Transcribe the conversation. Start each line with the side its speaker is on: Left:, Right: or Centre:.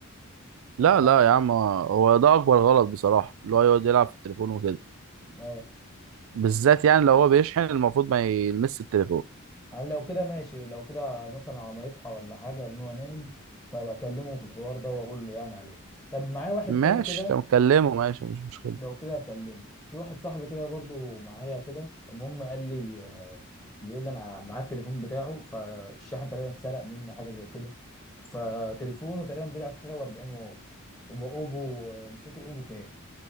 Right: لا
Left: تمام
Right: لا يا عم هو ده اكبر غلط بصراحه اللي هو يقعد يلعب في التليفون وكده
Left: اه
Right: بالذات يعني لو هو بيشحن المفروض ما يلمس التليفون
Left: يعني لو كده ماشي لو كده مثلا على ما يصحى ولا حاجه لان هو نايم فبكلمه في الحوار ده واقول له يعني عليه طب معايا واحد
Right: ماشي
Left: تاني كده
Right: طب كلمه ماشي مش مشكله
Left: لو كده هكلمه في واحد صاحبي كده برضو معايا كده المهم قال لي آه، بيقول لي انا معاه التليفون بتاعه فالشاحن تقريبا اتسرق منه حاجه زي كده فتليفونه تقريبا بيلعب حاجه و40 واط هو اوبو آه، مش فاكر اوبو كام